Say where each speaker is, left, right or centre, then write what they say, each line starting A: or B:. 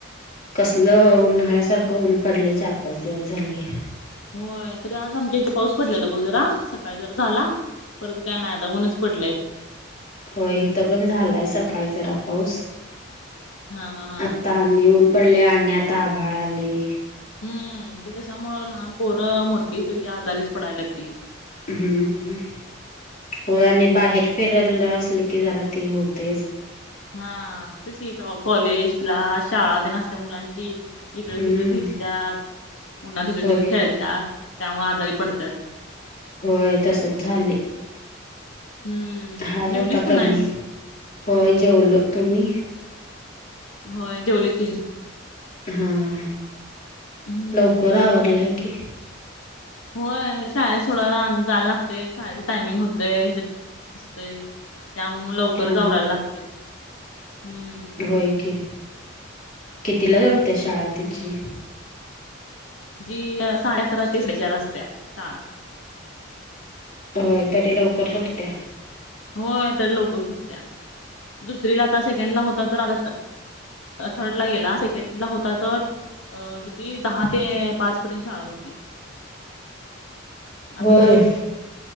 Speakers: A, on the left; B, on the left.
A: कसलं उन्हाळ्यासारखं ऊन पडलंय चार पाच दिवस झाली हे.
B: होय तरी आज आमच्या इथे पाऊस पडलेला बघ जरा सकाळी जरा झाला. परत काय नाही आता ऊनच पडलंय.
A: हो इथ पण झालाय सकाळी जरा पाऊस
B: हा हा हा
A: आता. आणि ऊन पडलेय आणि आता आभाळ आलय.
B: हम्म ते त्याच्यामुळ लहान पोर मोठी सगळी आजारीच पडायलाती.
A: हम्म हम्म हो आणि
B: हम्म
A: बाहेर. पिरेला असल की जरा ते होतेच.
B: हा तेच कि कॉलेज क्लास शाळा तेन असते मुलांची. इकडे
A: हम्म
B: तिकडे भिजतात उन्हात तिकडे
A: होय
B: तिकडे खेळतात त्यामुळे आजारी पडतात
A: होय तसंच झाले
B: हम्म
A: हाय
B: जेवलीस
A: आता
B: का
A: कमी
B: नाहीस?
A: होय जेवले तुम्ही--‌
B: होय जेवले की
A: होय
B: हम्म
A: लवकर आवरलय की
B: होय शाळेत सोडायला आण जायला लागतय शाळेच टायमिंग होतेय ह्याच्या असते त्यामुळे लवकर
A: हा
B: आवरायला
A: हा
B: लागतंय हम्म
A: होय की कितीला भरते शाळा? तिची
B: हम्म जी साडे अकरा ते साडेचार असत्या शाळा
A: हो तरी लवकर सुटतेया
B: हो तर लवकर सुटतेया दुसरीला आता सेकंड ला होता तर आता थर्ड ला गेला सेकंड ला होता तर अ किती दहा ते पाच पर्यंत शाळा होती आता
A: होय.